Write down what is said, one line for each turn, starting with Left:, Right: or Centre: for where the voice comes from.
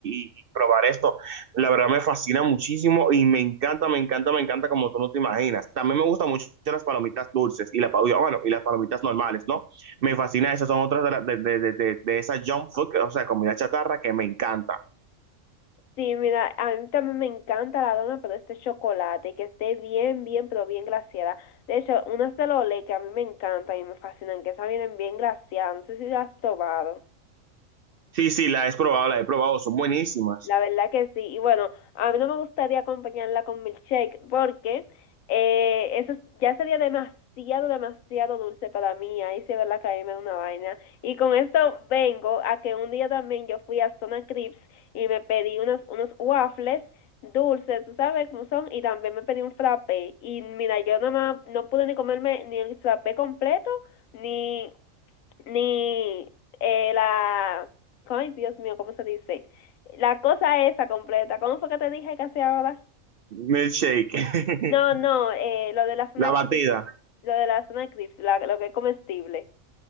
Right: y probar esto. La verdad me fascina muchísimo y me encanta, me encanta, me encanta como tú no te imaginas. También me gustan mucho las palomitas dulces y, la, pa- bueno, y las palomitas normales, ¿no? Me fascina, esas son otras de, la- de, de, de, de- de esa junk food, o sea, comida chatarra que me encanta.
Left: Sí, mira, a mí también me encanta la dona, pero este chocolate, que esté bien, bien, pero bien glaseada. De hecho, unas de Lolé que a mí me encantan y me fascinan, que esas vienen bien glaseadas, no sé si las has probado.
Right: Sí, sí, la he probado, la he probado, son buenísimas.
Left: La verdad que sí. Y bueno, a mí no me gustaría acompañarla con milkshake porque eh, eso es- ya sería demasiado, demasiado dulce para mí. Ahí sí es verdad que a mí me da una vaina. Y con esto vengo a que un día también yo fui a Zona Crips y me pedí unos, unos waffles dulces, tú sabes cómo son, y también me pedí un frappé. Y mira, yo nada más no pude ni comerme ni el frappé completo, ni, ni eh, la... Ay, Dios mío, ¿cómo se dice? La cosa esa completa. ¿Cómo fue que te dije que hacía ahora?
Right: Milkshake, <laughs>
Left: No, no, eh, lo de la zona
Right: la
Left: de eclipse,
Right: batida,
Left: lo de la zona de eclipse, la- lo que es comestible.